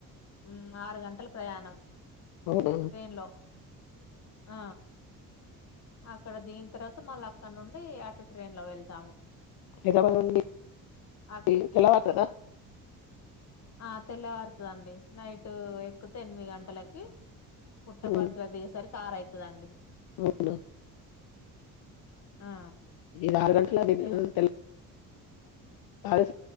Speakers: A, on the left; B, on the left.
A: ఉమ్ ఆరు గంటల ప్రయాణం
B: అవునా!
A: ట్రైన్ లో ఆ అక్కడ దిగిన తర్వాత మళ్ళ అక్కడ నుండి ఆటొ ట్రైన్ లో వెళ్తాము
B: హైదరాబాద్ నుండి <inaudible>
A: అట్
B: తెల్లవారుతదా
A: ఆ తెల్లవారతదండి నైట్ ఎక్కుతే ఎనిమిది గంటలకి పుట్టపర్తిలో
B: హ్మ్.
A: దిగేసరికి ఆర్ అయితదండి
B: అవునా
A: ఆ
B: ఇది ఆరు గంటల అది ఎనిమిది
A: యా
B: <unintelligible>